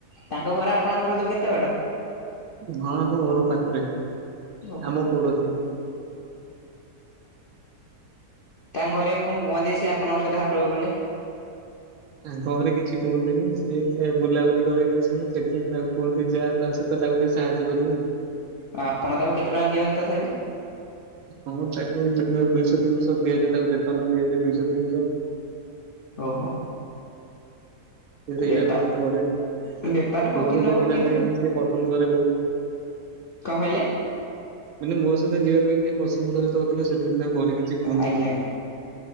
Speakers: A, on the left; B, on the right.
A: ତାଙ୍କ ଘର ଆପଣଙ୍କ ଘର ତୁ କେତେ ବାଟ?
B: ହଁ ଆମ ଘର ପାଖରେ
A: ଓହୋ
B: ଆମ ପୋଡୋସୀ
A: ତାଙ୍କ ଘରେ କଣ କୁହନ୍ତି ସେ ଆପଣଙ୍କ ସହିତ ହାଟକୁ ଗଲେ।
B: ତାଙ୍କ ଘରେ କିଛି କୁହନ୍ତିନି ସିଏ ଖ ବୁଲାବୁଲି କରି <unintelligible> ସେଥିପାଇଁ ତାକୁ କୁହନ୍ତି ଯା। ତା ସହିତ ତାକୁ ଟିକେ ସାହାଯ୍ୟ କରିବୁ।
A: ଆଉ ଆପଣ ତାକୁ କେତେ ଟଙ୍କା ଦିଅନ୍ତି ତଥାପି
B: ହଁ ତାକୁ ଦିଏ ଦୁଇଶହ ତିନିଶହ ଦିଆଯାଏ ତାକୁ ବେତନ ଦିଆଯାଏ ଦୁଇଶହ ତିନିଶହ
A: ଓହୋ
B: ସେ ସେଇଟା
A: ବେପାର
B: ଖର୍ଚ୍ଚ କରେ
A: ବେପାର୍ ହଉ
B: ମୋ
A: କି
B: ସହିତ
A: ନ ହଉ
B: ଯିବା
A: କିନ୍ତୁ
B: ପାଇଁ ବି ସେ ପସନ୍ଦ କରେ ବହୁତ
A: କଣ କହିଲେ?
B: ମାନେ ମୋ ସହିତ ଯିବା ପାଇଁ ଟିକେ ପସନ୍ଦ କରେ ତ ଅଧିକ ସେଥିପାଇଁ ତାଙ୍କ ଘରେ କିଛି କୁହନ୍ତିନି।
A: ଆଜ୍ଞା